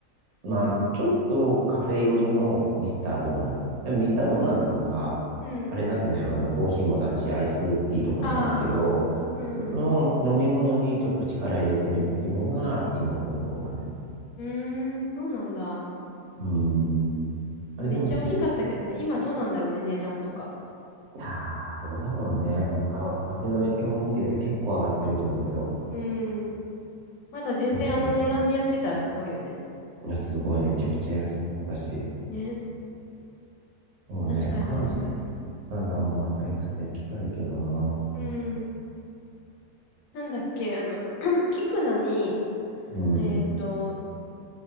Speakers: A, on the right (about 85°); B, on the left (about 70°).
A: まあ、ちょっとカフェ寄りのミスタードーナツ。でもミスタードーナツもさ、
B: うん。
A: あれ出すじゃん。あの、コーヒーも出すし、アイスティーとかも出すけど、
B: あー。うん
A: そこの飲み物にちょっと力入れてるっていうのが、ティム・ホートンだね。
B: うーん、そうなんだ。
A: うん。あれでも、
B: めっちゃ美味しかったけどね。
A: ちょっ
B: 今どうなんだろうね、値段とか。
A: いやー、どうだろうね。まあ、為替の影響も受けて結構上がってると思うけど。
B: うーん。まだ全然あの値段でやってたらすごいよね。
A: そうね。いや、すごい。めちゃくちゃ安かったし。
B: ね。
A: そうね。
B: 確かに確かに。
A: カナカナダもまたいつか行きたいけどな。
B: うーん。なんだっけ、あの、<clears throat> キクナに、
A: うん。
B: えーっと、